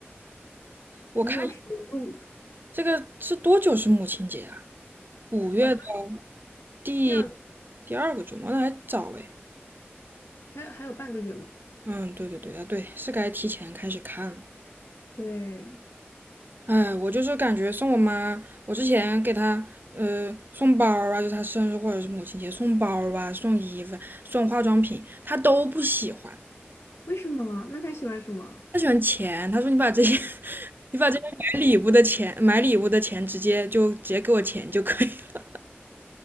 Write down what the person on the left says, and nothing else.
<laughs>
没有收入，
好像
第二
还有还有半个月嘛。
对，
为什么？那他喜欢什么？